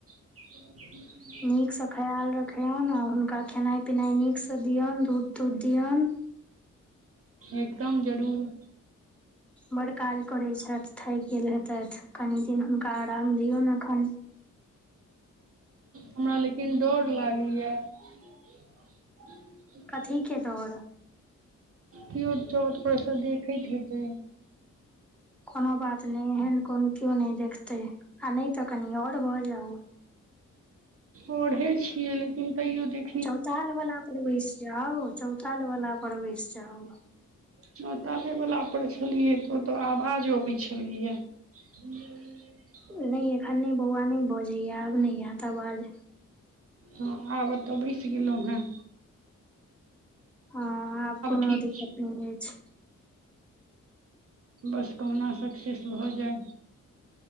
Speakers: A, on the right (about 45°); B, in the centre.
A: <inaudible>
B: नीकसँ ख्याल रखियौन आ हुनका खेनाइ पिनाइ नीकसँ दियौन दूध तूध दियौन
A: एकदम जरूर
B: बड्ड काज करैत छथि थकि गेल हेतथि कनि दिन हुनका आराम दियौन एखन
A: हमरा लेकिन डर लागैए <inaudible>
B: कथी के डर
A: कियो छत परसँ देखैत हेतै
B: कोनो बात नहि एहन कोन केओ नहि देखते आ नहि तऽ कनी अर भऽ जाउ
A: अढ़े छियै लेकिन तैयो देख
B: चौताल वाला पर वैसि जाउ चौताल वाला पर वैसि जाउ
A: चोताले वला पर छेलियै तऽ ओतऽ आवाज अबै छेलैये <inaudible>
B: नहि एखन नहि बौआ नहि बजैये आब नहि एत अबाज
A: हँ आब अत बैसि गेलहुँ हेँ
B: हँ आब कोनो
A: ठीक
B: दिक्कत
A: छै
B: नहि होय छै
A: बस कहुना सक्सेस भऽ जाय